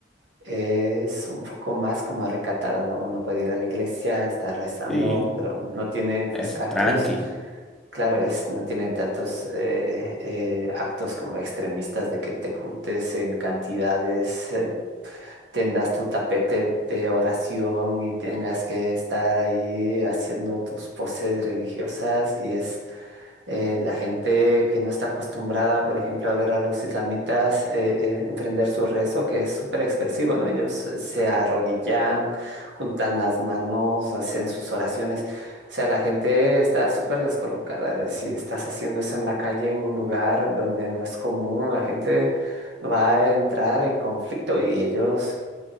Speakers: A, on the right; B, in the centre.
A: Es un poco más como recatada, ¿no? Uno puede ir a la iglesia, estar rezando,
B: Sí,
A: pero no tiene pues
B: Es
A: actos,
B: tranqui.
A: claro, es, no tiene tantos eh, eh, actos como extremistas de que te juntes en cantidades eh, tendas tu tapete de oración y tengas que estar ahí haciendo tus poses religiosas y es eh, la gente que no está acostumbrada, por ejemplo, a ver a los islamitas eh, eh, emprender su rezo, que es súper expresivo, ¿no? Ellos eh, se arrodillan, juntan las manos, hacen sus oraciones. O sea, la gente está súper descolocada. Si estás haciendo eso en la calle, en un lugar donde no es común, la gente va a entrar en conflicto y ellos